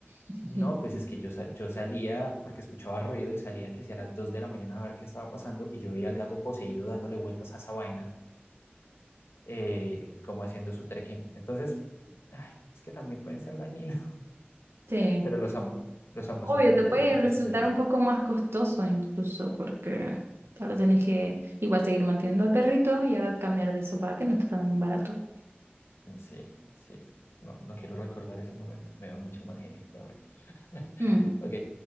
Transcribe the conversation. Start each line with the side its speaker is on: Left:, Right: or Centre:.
Right: <laughs>
Left: No, pues es que yo, yo salía porque escuchaba ruido y salía que si a las 2 de la mañana a ver qué estaba pasando y yo veía al gato poseído dándole vueltas a esa vaina, eh, como haciendo su trekking. Entonces, ay, es que también pueden ser dañinos.
Right: Sí.
Left: Pero los amo, los amo,
Right: Obvio,
Left: son muy bellos,
Right: te puede
Left: los gatos
Right: resultar
Left: son bellos.
Right: un poco más costoso incluso porque ahora tenés que igual seguir manteniendo al perrito y ahora cambiar del sofá que no está tan barato.
Left: Mm, Sí, sí, no, no quiero recordar ese momento, me veo mucho mal genio, pero bueno. <laughs>
Right: Mm.
Left: Ok,